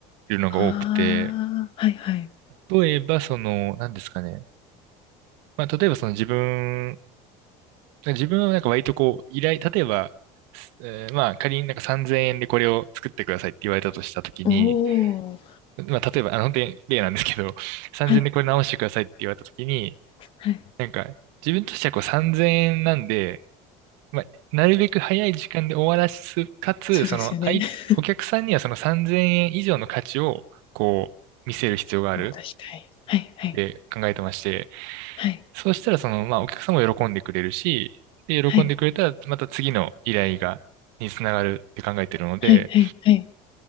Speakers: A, on the right; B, on the left.
A: るのが多くて、
B: ああ、はいはい。
A: 例えばその、なんですかね。まあ、例えばその自分、自分はなんか割とこう、依頼、例えば、えーまあ仮になんか3000円でこれを作ってくださいって言われたとしたときに、
B: おお、
A: まあ例えば、あの本当に例なんですけど、3000円でこれ直してくださいって言われたときに、
B: はいはい。
A: なんか自分としてはこう3000円なんで、まあ、なるべく早い時間で終わらす、かつ、
B: そうですよね。
A: その、あい、
B: <laughs>
A: お客さんにはその3000円以上の価値を、こう、見せる必要があるっ
B: 渡したい。はいはい。
A: て考えてまして、
B: はい
A: そうしたら、その、まあ、お客さんも喜んでくれるし、で、喜んでくれたら、
B: はい
A: また次の依頼が、につながるって考えてるので、
B: はいはいはい。